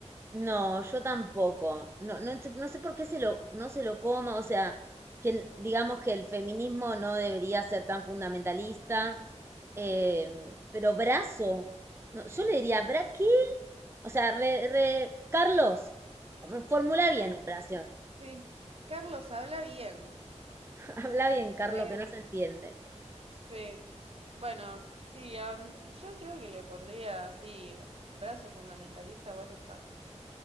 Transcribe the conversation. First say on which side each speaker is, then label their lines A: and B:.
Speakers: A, on the right (about 20°); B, on the right (about 55°).
A: No, yo tampoco. No, no, sé- no sé por qué se lo, no se lo coma, o sea, que n- digamos que el feminismo no debería ser tan fundamentalista, eh, pero brazo, no, yo le diría, ¿bra qué? O sea, re, re- Carlos, formula
B: Carl-
A: bien la oración.
B: sí. Carlos habla bien.
A: <laughs> Habla bien, Carlos,
B: Eh,
A: que no se entiende.
B: sí. Bueno, sí, am, yo creo que le pondría así, brazo fundamentalista, what the fuck.